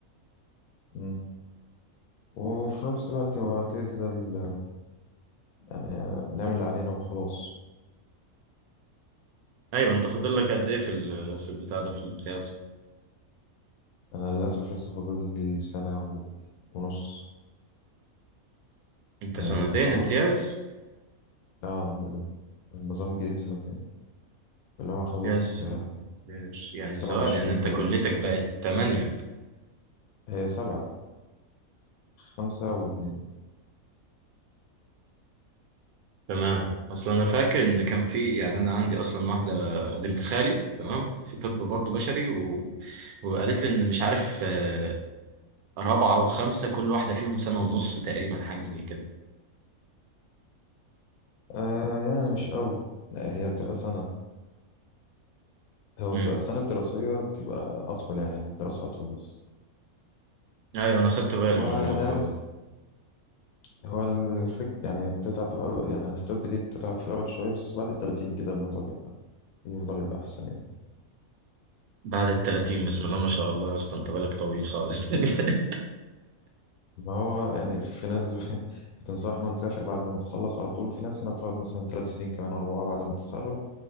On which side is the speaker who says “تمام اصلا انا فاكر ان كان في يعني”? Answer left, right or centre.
Right